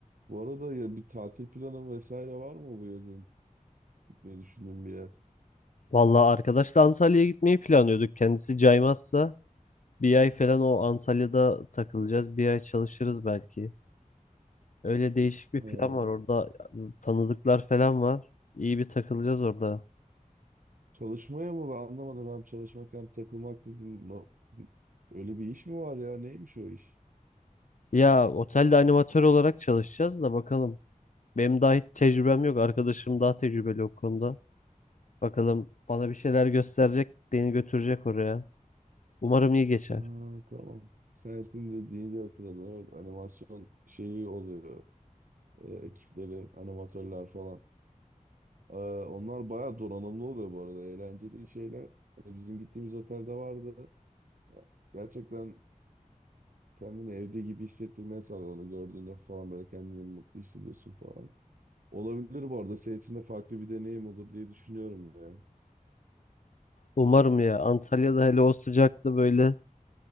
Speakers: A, on the right (about 75°); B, on the left (about 65°).
A: Bu arada ya bir tatil planı vesaire var mı bu yazın gitmeyi düşündüğün bir yer?
B: Vallahi arkadaşla Antalya'ya gitmeyi planlıyorduk. Kendisi caymazsa bir ay falan o Antalya'da takılacağız. Bir ay çalışırız belki. Öyle değişik bir
A: Ha,
B: plan var orada tanıdıklar falan var. İyi bir takılacağız orada.
A: çalışmaya mı? Ben anlamadım. Hem çalışmak hem takılmak dedin. No- Öyle bir iş mi var ya? Neymiş o iş?
B: Ya otelde animatör olarak çalışacağız da bakalım. Benim daha hiç tecrübem yok. Arkadaşım daha tecrübeli o konuda. Bakalım bana bir şeyler gösterecek, beni götürecek oraya. Umarım iyi geçer.
A: Ha, tamam. Sen ismini dediğini de hatırladım. Evet, animasyon şeyi oluyor. Ee, ekipleri, animatörler falan. Ee, onlar bayağı donanımlı oluyor bu arada. Eğlenceli şeyler. Hani bizim gittiğimiz otelde vardı. Gerçekten kendini evde gibi hissettirmeye sağlıyor. Onu gördüğünde falan böyle kendini mutlu hissediyorsun falan. Olabilir bu arada. Senin için de farklı bir deneyim olur diye düşünüyorum ya.
B: Umarım ya. Antalya'da hele o sıcakta böyle bir